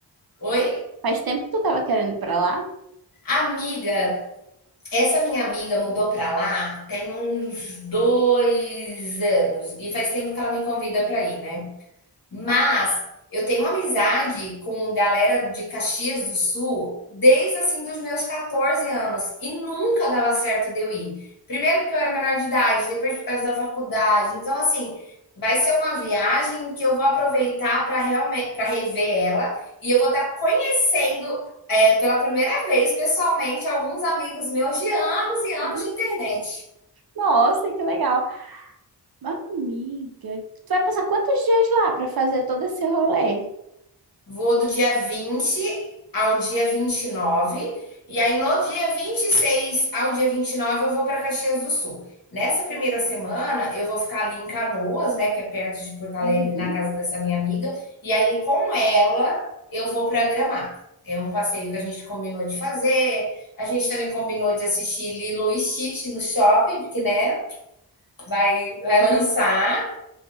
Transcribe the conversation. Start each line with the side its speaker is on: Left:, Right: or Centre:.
Left: oi?
Right: Faz tempo que tu tava querendo ir pra lá?
Left: Amiga, essa minha amiga mudou pra lá tem uns 2 anos e faz tempo que ela me convida pra ir, né. Mas eu tenho amizade com galera de Caxias do Sul desde assim dos meus 14 anos e nunca dava certo de eu ir. Primeiro porque eu era menor de idade, depois por causa da faculdade. Então assim, vai ser uma viagem que eu vou aproveitar para realmente para rever ela e eu vou estar conhecendo é, pela primeira vez pessoalmente alguns amigos meus de anos e anos
Right: Sim.
Left: de internet.
Right: Nossa, que legal. Mas, Amiga, tu vai passar quantos dias lá pra fazer todo esse rolê?
Left: Vou do dia 20 ao dia vinte E nove e aí, no dia 26 ao dia 29 eu vou para Caxias do Sul. Nessa primeira semana, eu vou ficar ali em Canoas, né, que é perto de Porto Alegre,
Right: Uhum.
Left: na casa dessa minha amiga. E aí, com ela, eu vou para Gramado. É um passeio que a gente combinou de fazer. A gente também combinou de assistir Lilo e Stitch no shopping, porque, né, vai, vai lançar.